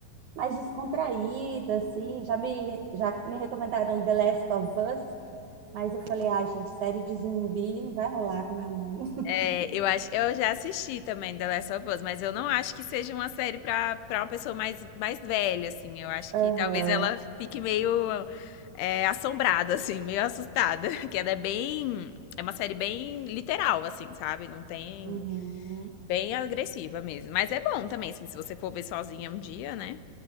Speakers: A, on the right (about 75°); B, on the left (about 85°).
A: mais descontraída, assim. Já me, já me recomendaram The Last of Us. Mas eu falei, ah, gente, série de zumbi não vai rolar com a minha mãe. <laughs>
B: É, eu acho, eu já assisti também The Last of Us, mas eu não acho que seja uma série para para uma pessoa mais, mais velha, assim. Eu acho que
A: Aham,
B: talvez ela fique meio é, assombrada, assim, meio assustada, <laughs> que ela é bem, é uma série bem literal, assim, sabe? Não tem,
A: uhum.
B: bem agressiva mesmo. Mas é bom também, assim, se você for ver sozinha um dia, né?